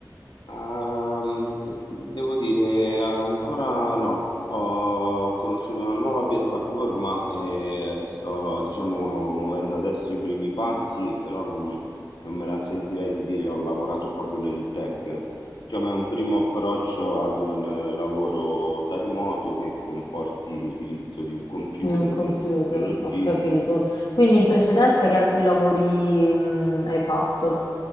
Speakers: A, on the left; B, on the left.
A: Ehm, devo dire, ancora no. Ho conosciuto una nuova piattaforma e sto, diciamo, muovendo adesso i primi passi, però non, non me la sentirei di dire ho lavorato proprio nel tech. Diciamo, è un primo approccio ad un eh, lavoro da remoto che comporti l'utilizzo di un computer,
B: Di un computer,
A: delle tecnologie.
B: ho capito. Quindi in precedenza che altri lavori, mm, hai fatto,